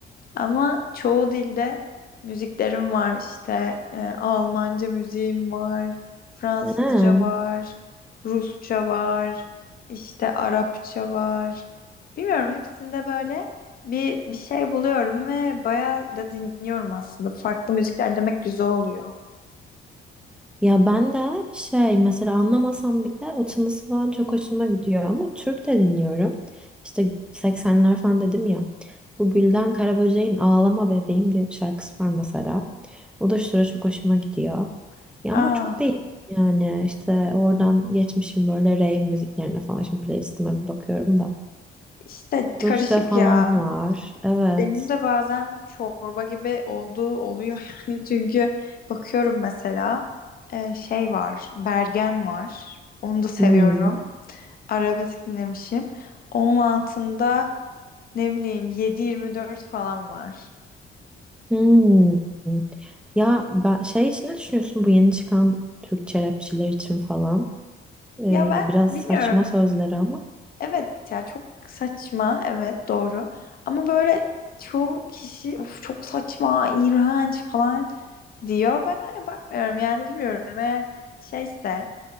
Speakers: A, on the left (about 50°); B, in the centre.
A: Ama çoğu dilde müziklerim var işte e, Almanca müziğim var, Fransızca
B: Ha.
A: var, Rusça var, işte Arapça var. Bilmiyorum hepsinde böyle bir bir şey buluyorum ve bayağı da dinliyorum aslında. Farklı müzikler demek güzel oluyor.
B: Ya ben de şey mesela anlamasam bile o tınısı falan çok hoşuma gidiyor ama Türk de dinliyorum. İşte 80'ler falan dedim ya. Bu Gülden Karaböcek'in Ağlama Bebeğim diye bir şarkısı var mesela. O da şu sıra çok hoşuma gidiyor. Ya
A: Aa,
B: ama çok değil yani işte oradan geçmişim böyle rave müziklerine falan. Şimdi playlistime bir bakıyorum da.
A: işte karışık
B: Rusça falan
A: ya.
B: var. Evet.
A: Benim de bazen çorba gibi olduğu oluyor <laughs> yani çünkü bakıyorum mesela e, şey var Bergen var onu da seviyorum
B: Hmm.
A: arabesk dinlemişim onun altında ne bileyim 7-24 falan var
B: Hmm. Ya ben şey için ne düşünüyorsun bu yeni çıkan Türkçe rapçiler için falan? Ee,
A: ya ben
B: biraz
A: bilmiyorum
B: saçma sözleri ama.
A: evet ya çok saçma evet doğru ama böyle çoğu kişi "Uf, çok saçma iğrenç falan diyor ben öyle bakmıyorum yani bilmiyorum eğer şeyse